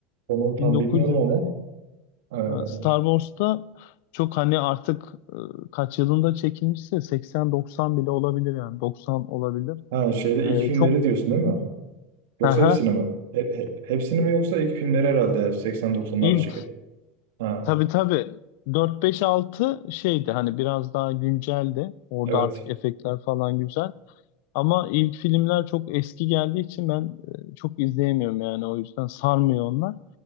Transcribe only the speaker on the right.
onu tam
bilmiyorum ama. ee,
Ha şeyde ilk
filmleri
diyorsun değil mi? Yoksa
hepsini mi? He- he- hepsini mi yoksa ilk filmleri herhalde 80-90'larda
çekildi. Ha
evet.